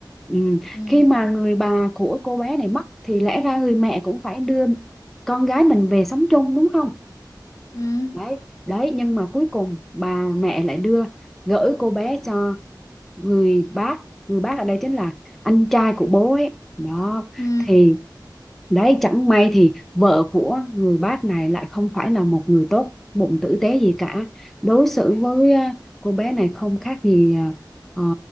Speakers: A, in the centre; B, on the left.
A: ừ.
B: Ừ,
A: khi mà người bà của cô bé này mất thì lẽ ra người mẹ cũng phải đưa con gái mình về sống chung đúng không
B: ừ,
A: đấy đấy nhưng mà cuối cùng bà mẹ lại đưa gửi cô bé cho người bác người bác ở đây chính là anh trai của bố ấy đó
B: ừ,
A: thì Đấy, chẳng may thì vợ của người bác này lại không phải là một người tốt bụng tử tế gì cả. Đối xử với à, cô bé này không khác gì à, ờ,